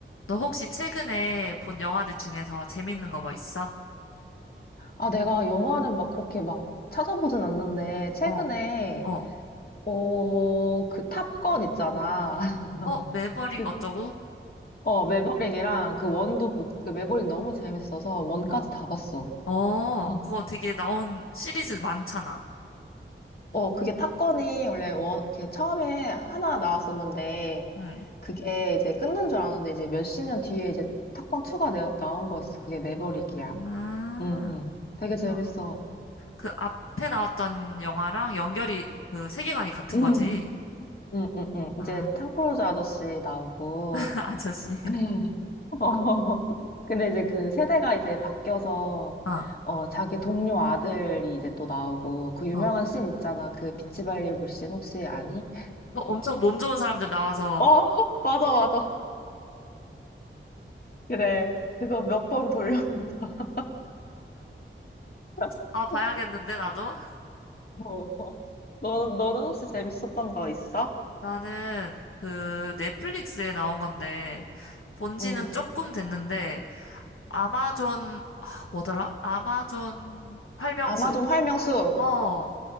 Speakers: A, on the left; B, on the left.
A: 너 혹시 최근에 본 영화들 중에서 재밌는 거 뭐 있어?
B: 아, 내가 영화를 막 그렇게 막 찾아보진 않는데, 최근에,
A: 어, 어,
B: 어, 그 탑건 있잖아. <laughs>
A: 어, 매버릭
B: 그,
A: 어쩌고?
B: 어, 매버릭이랑 그
A: 어,
B: 원도, 보- 그 매버릭 너무 재밌어서 원까지
A: 어,
B: 다 봤어.
A: 어,
B: <laughs>
A: 그거 되게 나온 시리즈 많잖아.
B: 어, 그게 탑건이 원래 원, 이렇게 처음에 하나 나왔었는데,
A: 응.
B: 그게 이제 끝난 줄 알았는데, 이제 몇십 년 뒤에 이제 탑건 2가 나, 나온 거였어. 그게 매버릭이야.
A: 아, 아,
B: 응, 응. 되게 재밌어.
A: 아. 그 앞에 나왔던 영화랑 연결이 그 세계관이 같은
B: 응,
A: 거지.
B: 응, 응, 응.
A: 아,
B: 이제 탐 크루즈 아저씨 나오고,
A: <laughs> 아저씨.
B: 네. <laughs> 어, 근데 이제 그 세대가 이제 바뀌어서,
A: 아,
B: 어, 자기 동료 아들이 이제 또 나오고, 그 유명한
A: 어.
B: 씬 있잖아. 그 비치 발리볼 씬 혹시 아니?
A: 어, 엄청 몸 좋은 사람들 나와서,
B: 어, <laughs> 맞아, 맞아. 그래. 그거 몇 번 돌려본다. <laughs>
A: 아, 봐야겠는데, 나도?
B: 어. 너, 너는 혹시 재밌었던 거 있어?
A: 나는 그 넷플릭스에 나온 건데, 본 지는
B: 응.
A: 조금 됐는데, 아마존, 아, 뭐더라? 아마존 활명수.
B: 아마존 활명수.
A: 어,